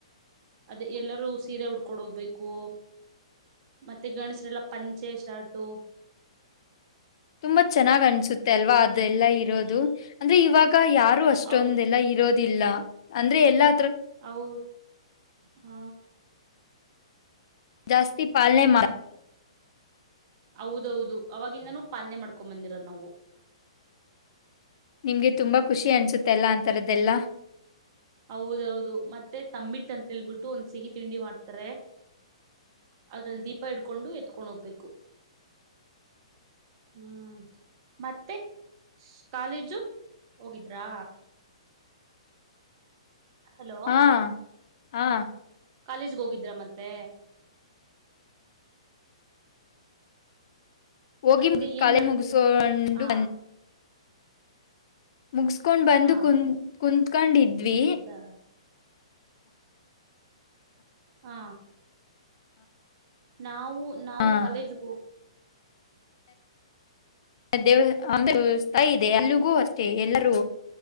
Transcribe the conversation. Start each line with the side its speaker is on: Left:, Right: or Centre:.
Right: ಅದ ಎಲ್ಲರೂ ಸೀರೆ ಉಡ್ಕೊಂಡ ಹೋಗ್ಬೇಕು ಮತ್ತೆ ಗಣಸರೆಲ್ಲ ಪಂಚೆ ಶಾರಟು
Left: ತುಂಬ ಚೆನ್ನ್ನ್ ಸುತ್ತ ಅಲ್ವಾ ಅದೆಲ್ಲ ಇರೋದು ಅಂದ್ರೆ ಇವಾಗ ಅಕ್ಕ ಯಾರು ಅಷ್ಟೊಂದೆಲ್ಲ
Right: ಅವ್
Left: ಇರೋದಿಲ್ಲ ಅಂದ್ರೆ ಎಲ್ಲಾ
Right: ಹೌ ಹಾ
Left: ಜಾಸ್ತಿ ಪಾಲನೆ ಮಾಡಾರ್
Right: ಹೌದೌದು ಅವಾಗಿಂದನೂ ಪಾಲನೆ ಮಾಡ್ಕೊ ಬಂದಿರೋದ ನಾವು
Left: ನಿಮ್ಗೆ ತುಂಬಾ ಖುಷಿ ಅನ್ಸುತ್ತೆಲ್ಲ ಅಂತ ಥರದ್ದೆಲ್ಲ
Right: ಹೌದೌದು ಮತ್ತೆ ತಂಬಿಟ್ಟ ಅಂತೇಳ್ಬಿಟ್ಟು ಒಂದ್ ಸಿಹಿ ತಿಂಡಿ ಮಾಡ್ತಾರೆ ಅದ್ರಲ್ಲಿ ದೀಪ ಹಿಡ್ಕೊಂಡು ಎತ್ಕೊಂಡ್ ಹೋಗ್ಬೇಕು ಹ್ಮ್ ಮತ್ತೆ ಕಾಲೇಜು ಹೋಗಿದ್ರಾ ಹಲೋ
Left: ಹಾ ಹಾ
Right: ಕಾಲೇಜ್ಗೆ ಹೋಗಿದ್ರ ಮತ್ತೆ
Left: ಹೋಗಿ
Right: ಮತ್ತೆ
Left: ಮುಗ
Right: ಏನ್
Left: ಕಳೆ
Right: ಮಾಡ್ತಿದ
Left: ಮುಗಿಸೊಂಡು
Right: ಹಾ
Left: ಮುಗಸ್ಕೊಂಡ್ ಬಂದು
Right: ಹಾ
Left: ಕುಂ ಕುತ್ಕೊಂಡಿದ್ವಿ
Right: ಹೌದಾ ಹಾ ನಾವು ನಾವು
Left: ಆ
Right: ಕಾಲೇಜಗೆ ಹೋಗುದು
Left: ದೇವ್ ಅಮ ಸ್ಥಾಯಿ ಇದೆ ಎಲ್ಲಿಗೂ ಅಷ್ಟೇ ಎಲ್ಲರೂ